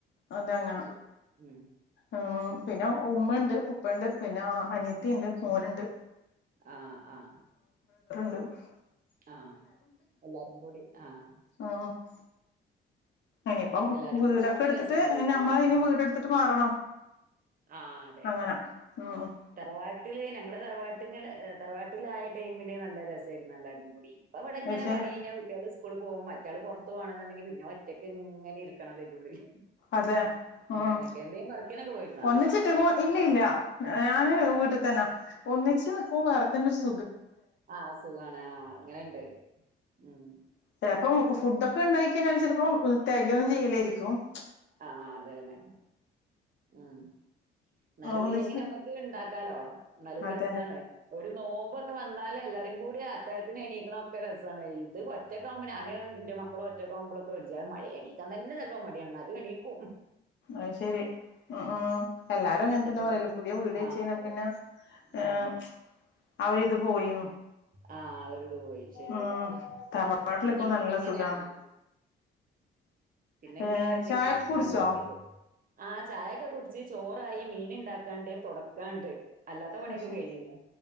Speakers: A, on the left; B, on the right.
A: അതങ്ങനെ
B: അത് ശരി ഉം
A: ഉം പിന്നെ ഉമ്മണ്ട് ഉപ്പ പെണ്ട് പിന്നെ അനിയത്തിണ്ട് മോന്ണ്ട്
B: ആഹ് ആഹ്
A: ത്ത് <unintelligible>
B: ആഹ് എല്ലാരും കൂടി ആഹ്
A: ആഹ് <unintelligible> ഇനിയിപ്പം
B: എല്ലാരും
A: വീടൊക്കെ
B: കൂടി ആവുമ്പോ
A: എടുത്തിട്ട്
B: രസാണ് വീട്ടില്
A: നമ്മളിനി
B: ഉം
A: വീട് എടുത്തിട്ട് മാറണം
B: ആ അതെ
A: അങ്ങനെ ഉം
B: തറവാട്ടില് ഞങ്ങള് തറവാട്ട ട്ട്ങ്ങല് തറവാട്ടിലായ ടൈമില് നല്ല രസായിരുന്നു എല്ലാരും കൂടി ഇപ്പ ഇവിടിങ്ങനെ
A: ശരി
B: പണി കഴിഞ്ഞാ കുട്ടികള് സ്കൂളി പവ മ കുട്ട്യാള് പൊറത്ത് പോവണെന്ന്‌ണ്ടെങ്കി പിന്നെ ഒറ്റക്ക് ഇങ്ങനെ ഇരിക്കണം ഇതിന്റെ ഉള്ളില്
A: അതെ ഉം
B: അങ്ങനൊക്കെ എന്തേലും വർക്കിനൊക്കെ പോയിരുന്നോ?
A: ഒന്നിച്ചിരി ട്ടുവോ ഇല്ല ഇല്ല ഞാന് വീട്ടിൽ തന്ന ഒന്നിച്ച് നിക്കും വേറെത്തന്നെ ശ്
B: ആ അസുഖാണ് ആ അങ്ങനെ ഇണ്ട് ഊം
A: ചെലപ്പം ഫുഡൊക്കെ ഉണ്ടാക്കി കഴിഞ്ഞാൽ ചെലപ്പം വ് റ്റയി ലിയൊന്നും ചെയ്യില്ലായിരിക്കും ച്ച്
B: ആ അതന്നെ ഉം എന്നാലും
A: ഒന്നിച്ച്
B: ഇല്ലങ്കി
A: നിക്കും
B: നമ്മക്ക് ഇണ്ട ക്കാലോ നല്ലൊരു
A: അതെ
B: രസാണ് ഒരു നോ മുമ്പൊക്കെ വന്നാലേ എല്ലാരും കൂടി അത്താഴത്തിന് എണീക്കണ ഒക്കെ രസവാണ് ഈ ഇത് ഒറ്റക്ക് ആവുമ്പോ ഞാന് എന്റെ മക്കളും ഒറ്റക്കാവുമ്പോളൊക്കെ ഒരിജ മടി എണീക്കാൻ തന്നെ ചിലപ്പോ മടികാണും എന്നാലും എണീക്കും
A: അയ്ശരി ഉം- ഉം എല്ലാരും അങ്ങനെത്തന്നെ
B: ഒറ്റക്കൊക്കെ
A: പറയല് പുതിയ വീട് വെച്ച്
B: ആഹ്
A: കഴിഞ്ഞാ
B: അതെ
A: പിന്നെ ഏഹ്
B: ഉം
A: അവരിത് പോയിന്ന്
B: ആ ആഒരിത് പോയി ശരിയാ
A: ഉം തറവാട്ടിലൊക്കെ
B: പിന്നെ ഇങ്ങനെ
A: നല്ല സുഖാന്ന്
B: ആ പിന്നെ
A: ഏഹ്
B: ഇങ്ങനെ ഒറ്റക്കിങ്ങനെ
A: ചായൊക്കെ കുടിച്ചോ
B: ഇരിക്കേണ്ടേ ആ ചായൊക്കെ കുടിച്ച് ചോറായി മീൻ ഇണ്ടാക്കാണ്ട് തൊടക്കാണ്ട് അല്ലാത്ത പണിയൊക്കെ
A: പക്ഷെ
B: കഴിഞ്ഞ്ക്ക്ണ്.